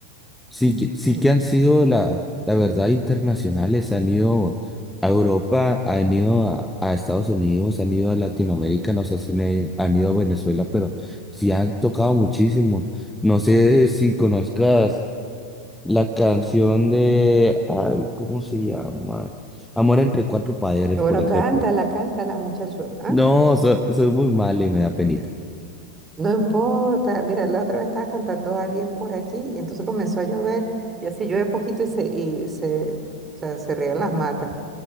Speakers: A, in the centre; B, on the right (about 20°).
A: Sí, que- sí
B: Mm.
A: que han sido la, la verdad internacionales, han ido a Europa, han ido a, a Estados Unidos, han ido a Latinoamérica, no sé si ne- han ido a Venezuela, pero sí han tocado muchísimo. No sé si conozcas la canción de, ay, ¿cómo se llama? Amor entre cuatro padres,
B: Bueno,
A: por ejemplo.
B: cántala, cántala, muchacho. ¿Ah?
A: No, so- soy muy malo y me da penita.
B: No importa. Mira, la otra vez estaba cantando a alguien por aquí y entonces comenzó a llover y así llueve poquito y se, y se, o sea, se riegan las matas.